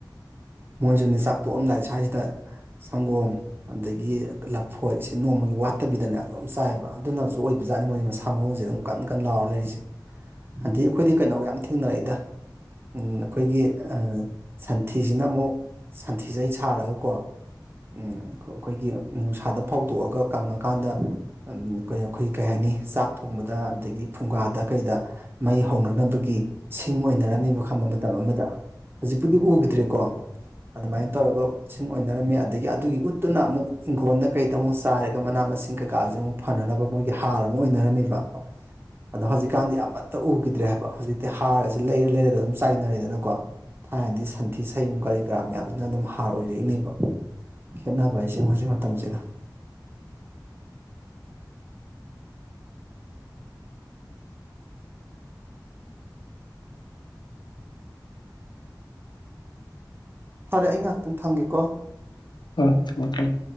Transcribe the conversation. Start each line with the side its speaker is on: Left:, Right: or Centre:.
Right: ꯃꯣꯏꯖꯨꯅꯦ ꯆꯥꯛ ꯇꯣꯛꯑꯝꯗꯥꯏ ꯁ꯭ꯋꯥꯏꯖꯤꯗ ꯁꯪꯒꯣꯝ ꯑꯥꯗꯒꯤ ꯂꯐꯣꯏ ꯁꯤ ꯅꯣꯡꯃꯒꯤ ꯋꯥꯠꯇꯕꯤꯗꯅꯦ ꯑꯥꯗꯨꯝ ꯆꯥꯏꯕ ꯑꯗꯨꯅꯖꯨ ꯑꯣꯏꯕꯖꯥꯠꯅꯤ ꯃꯣꯏꯖꯦ ꯃꯁꯥ ꯃꯎꯖꯦ ꯑꯗꯨꯝ ꯀꯟ ꯀꯟ ꯂꯥꯎꯔ ꯂꯩꯔꯤꯖꯤ ꯑꯥꯗꯤ ꯈꯣꯏꯗꯤ ꯀꯩꯅꯣꯒ ꯌꯥꯝ ꯊꯦꯡꯅꯔꯛꯏꯗ ꯎꯝ ꯑꯥꯈꯣꯏꯒꯤ ꯑꯥ ꯁꯟꯊꯤꯖꯤꯅ ꯃꯨꯛ ꯁꯟꯊꯤꯖꯩ ꯁꯥꯔꯒꯀꯣ ꯎꯝ ꯈꯣꯏꯒꯤ ꯅꯨꯡꯁꯥꯗ ꯐꯧꯗꯣꯛꯑꯒ ꯀꯪꯉꯀꯥꯟꯗ <unintelligible> ꯑꯩꯈꯣꯏ ꯀꯩ ꯍꯥꯏꯅꯤ ꯆꯥꯛ ꯊꯣꯡꯕꯗ ꯑꯗꯒꯤ ꯐꯨꯡꯒꯥꯗ ꯀꯩꯗ ꯃꯩ ꯍꯧꯅꯅꯕ ꯒꯤ ꯁꯤꯡ ꯑꯣꯏꯅꯔꯝꯃꯤꯕ ꯈꯝꯕ ꯃꯇꯝ ꯑꯃꯗ ꯍꯧꯖꯤꯛꯄꯨꯗꯤ ꯎꯈꯤꯗ꯭ꯔꯦꯀꯣ ꯑꯗꯨꯃꯥꯏ ꯇꯧꯔꯒ ꯁꯤꯡ ꯑꯣꯏꯅꯔꯝꯃꯤ ꯑꯗꯒꯤ ꯑꯗꯨꯒꯤ ꯎꯠꯇꯨꯅ ꯑꯃꯨꯛ ꯏꯪꯈꯣꯜꯗ ꯀꯩꯗ ꯑꯃꯨꯛ ꯆꯥꯔꯒ ꯃꯅꯥ ꯃꯁꯤꯡ ꯀ ꯀꯥꯁꯦ ꯑꯃꯨꯛ ꯐꯅꯅꯕ ꯃꯣꯏꯒꯤ ꯍꯥꯔ ꯑꯃꯨꯛ ꯑꯣꯏꯅꯔꯝꯃꯦꯕ ꯑꯗꯣ ꯍꯧꯖꯤꯛꯀꯥꯟꯗꯤ ꯑꯃꯠꯇ ꯎꯈꯤꯗ꯭ꯔꯦ ꯍꯥꯏꯕ ꯍꯧꯖꯤꯛꯇꯤ ꯍꯥꯔꯁꯦ ꯂꯩꯔ ꯂꯩꯔꯒ ꯑꯗꯨꯝ ꯆꯥꯏꯅꯔꯦꯗꯅꯀꯣ ꯊꯥꯏꯅꯗꯤ ꯁꯟꯊꯤ ꯁꯌꯨꯡ ꯀꯔꯤ ꯀꯔꯥ ꯃꯌꯥꯝꯁꯤꯅ ꯑꯗꯨꯝ ꯍꯥꯔ ꯑꯣꯏꯔꯛꯏꯅꯦꯕ ꯈꯦꯠꯅꯕ ꯍꯥꯏꯁꯦ ꯍꯧꯖꯤꯛ ꯃꯇꯝꯁꯤꯒ ꯐꯔꯦ ꯑꯩ ꯉꯥꯛꯇꯪ ꯊꯝꯒꯦꯀꯣ
Left: ꯑ ꯊꯝꯃꯣ ꯊꯝꯃꯣ